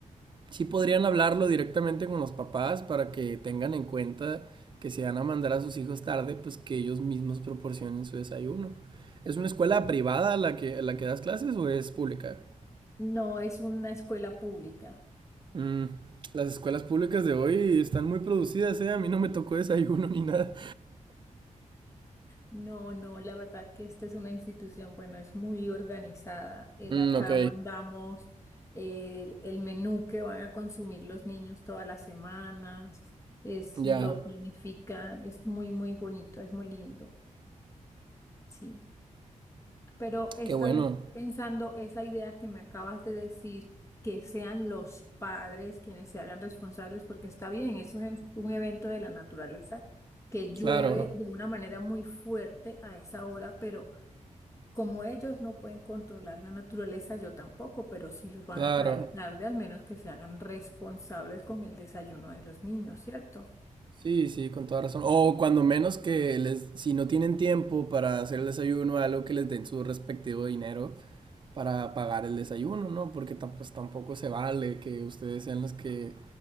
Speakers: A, on the right (about 35°); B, on the left (about 20°).
A: sí podrían hablarlo directamente con los papás para que tengan en cuenta que si van a mandar a sus hijos tarde, pues que ellos mismos proporcionen su desayuno. ¿Es una escuela privada la que, la que das clases o es pública?
B: No es una escuela pública.
A: Mm, Las escuelas públicas de hoy están muy producidas, ¿eh? A mí no me tocó desayuno ni nada.
B: No, no, la verdad que esta es una institución, bueno, es muy organizada. Eh,
A: Mm,
B: acá
A: ok,
B: mandamos eh, el, el menú que van a consumir los niños todas las semanas, es,
A: ya,
B: lo planifican, es muy, muy bonito, es muy lindo. Sí. Pero estoy
A: qué bueno.
B: pensando esa idea que me acabas de decir, que sean los padres quienes se hagan responsables, porque está bien, es un, ev- un evento de la naturaleza que llueve
A: Claro,
B: de una manera muy fuerte a esa hora, pero como ellos no pueden controlar la naturaleza, yo tampoco, pero si los van
A: claro.
B: a traer tarde, al menos que se hagan responsables con el desayuno de los niños, ¿cierto?
A: Sí, sí, con toda razón. O cuando menos que les, si no tienen tiempo para hacer el desayuno, algo que les den su respectivo dinero para pagar el desayuno, ¿no? Porque tam- pues tampoco se vale que ustedes sean los que